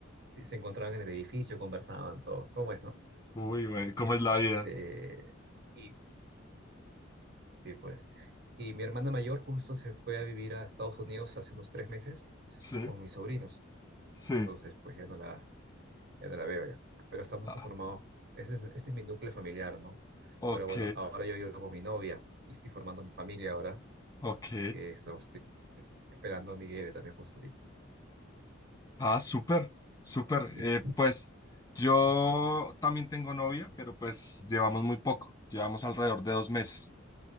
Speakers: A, on the right; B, on the left.
A: se encontraban en el edificio, conversaban todo. ¿Cómo es, no?
B: muy bueno. ¿Cómo
A: Este,
B: es la vida?
A: y sí, pues. Y mi hermana mayor justo se fue a vivir a Estados Unidos hace unos tres meses
B: Sí,
A: con mis sobrinos.
B: sí.
A: Entonces, pues ya no la, ya no la veo ya. Pero estamos
B: Ah,
A: conformados. Ese, es- ese es mi núcleo familiar, ¿no?
B: ok,
A: Pero bueno, ahora yo vivo con mi novia y estoy formando mi familia ahora.
B: ok.
A: Que estamos- estoy esperando a mi bebé también justo ahorita.
B: Ah, súper, súper.
A: Y-
B: Eh, pues yo también tengo novia, pero pues llevamos muy poco. Llevamos alrededor de dos meses.